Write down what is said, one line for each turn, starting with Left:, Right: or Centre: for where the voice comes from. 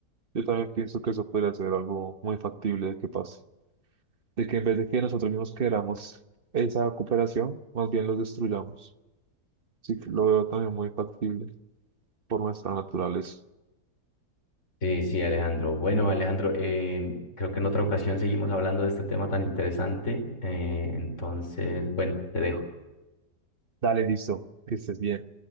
Right: Yo también pienso que eso podría ser algo muy factible de que pase. de que en vez de que nosotros mismos queramos esa cooperación, más bien los destruyamos. Así que lo veo también muy factible por nuestra naturaleza.
Left: Sí, sí, Alejandro. Bueno, Alejandro, eh, creo que en otra ocasión seguimos hablando de este tema tan interesante. eh, entonces, bueno, te dejo.
Right: Dale, listo, que estés bien.